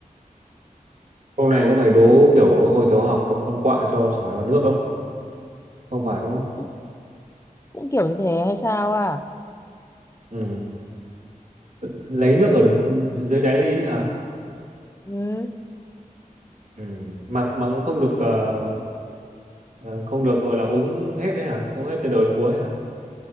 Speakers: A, on the right; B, on the left.
A: câu này có phải đố kiểu hồi tiểu học con con quạ cho sỏi vào nước không không phải đúng không
B: cũng cũng kiểu như thế hay sao à
A: ừ. lấy nước ở dưới đáy lý hả
B: ừ
A: ừ. mà mà cũng không được ờ, ờ, không được gọi là uống hết đấy hả uống hết từ đầu đến cuối hả